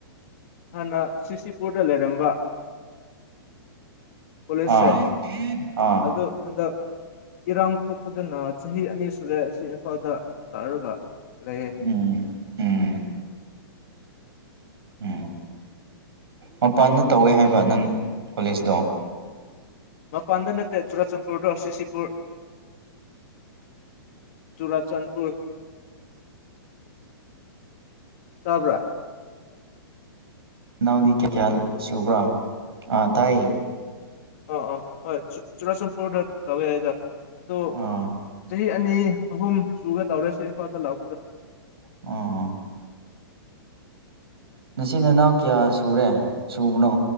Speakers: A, on the left; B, on the right.
A: ꯍꯥꯟꯅ ꯁꯤꯁꯤꯄꯨꯔꯗ ꯂꯩꯔꯝꯕ ꯄꯨꯂꯤꯁꯁꯦ
B: ꯑꯥ ꯑꯥ
A: ꯑꯗꯨ ꯍꯟꯗꯛ ꯏꯔꯥꯡ ꯊꯣꯛꯄꯗꯅ ꯆꯍꯤ ꯑꯅꯤ ꯇꯂꯦ ꯑꯁꯤ ꯏꯝꯐꯥꯜꯗ ꯂꯥꯛꯔꯒ ꯂꯩꯌꯦ
B: ꯎꯝ ꯎꯝ ꯎꯝ ꯃꯄꯥꯟꯗ ꯇꯧꯋꯦ ꯍꯥꯏꯕ ꯅꯪ ꯀꯣꯂꯦꯖꯇꯣ
A: ꯃꯄꯥꯟꯗ ꯅꯠꯇꯦ ꯆꯨꯔꯆꯥꯟꯄꯨꯔꯗꯣ ꯁꯤꯁꯤꯄꯨꯔ ꯆꯨꯔꯆꯥꯟꯄꯨꯔ ꯇꯄ
B: ꯅꯅꯥꯎꯗꯤ ꯀꯩ ꯀꯌꯥ ꯁꯨꯕ꯭ꯔꯥ ꯑ ꯇꯥꯏꯌꯦ
A: ꯑꯥ ꯑꯥ ꯍꯣꯏ ꯆꯨꯔꯆꯥꯟꯄꯨꯔꯗ ꯂꯧꯧꯋꯦ ꯍꯥꯏꯗ ꯑꯗꯨ
B: ꯑꯥ
A: ꯆꯍꯤ ꯑꯅꯤ ꯑꯍꯨꯝ ꯁꯨꯒ ꯇꯧꯔꯁꯤ ꯏꯝꯐꯥꯜꯗ ꯂꯥꯛ
B: ꯑ ꯅꯆꯤꯟ ꯅꯅꯥꯎ ꯀꯌꯥ ꯁꯨꯔꯦ ꯁꯨꯕꯅꯣ